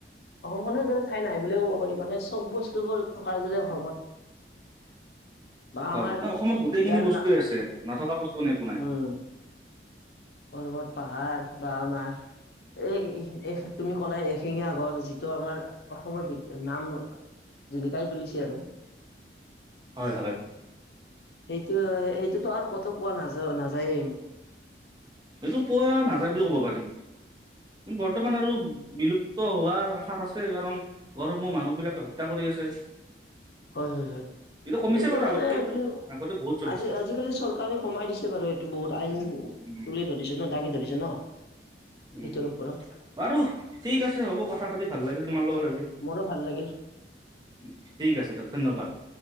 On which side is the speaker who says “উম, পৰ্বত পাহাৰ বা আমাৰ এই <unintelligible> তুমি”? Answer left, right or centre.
Left